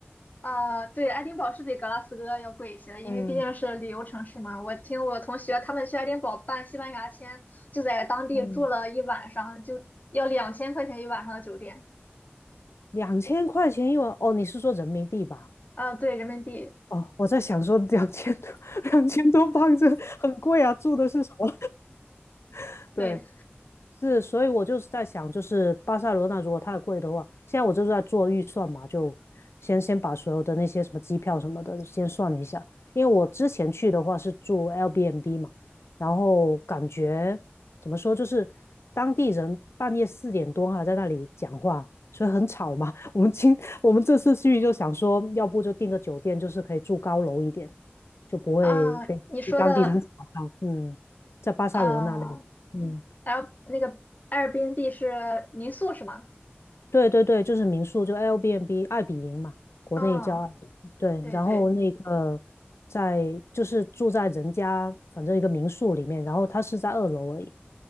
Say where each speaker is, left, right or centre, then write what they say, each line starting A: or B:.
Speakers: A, on the left; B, on the left.
A: 啊，对，爱丁堡是比格拉斯哥要贵一些，因为毕竟是旅游城市嘛。
B: 嗯
A: 我听我同学他们去爱丁堡办西班牙签，就在当地住了一晚上，
B: 嗯，
A: 就要两千块钱一晚上的酒店。
B: 两千块钱一晚，哦，你是说人民币吧？
A: 啊，对，人民币。
B: 哦，我在想说两千多，<laughs> 两千多镑这很贵啊，住的是什么？<laughs> 对，
A: 对
B: 是，所以我就是在想，就是巴塞罗那如果太贵的话，现在我就是在做预算嘛，就先先把所有的那些什么机票什么的先算一下，因为我之前去的话是住 L b M b 嘛，然后感觉怎么说，就是当地人半夜四点多还在那里讲话，所以很吵嘛。<laughs> 我们今我们这次去就想说，要不就订个酒店，就是可以住高楼一点，就不会被被当地人吵到。
A: 啊，你说的
B: 嗯，在巴塞罗那那里，
A: 啊
B: 嗯。
A: ，L 那个 a i r b 是民宿是吗？
B: 对对对，就是民宿，就 Airbnb 爱彼迎嘛，国内叫爱彼迎。
A: 嗯，
B: 对，
A: 对对，
B: 然后那个在就是住在人家反正一个民宿里面，然后他是在二楼而已，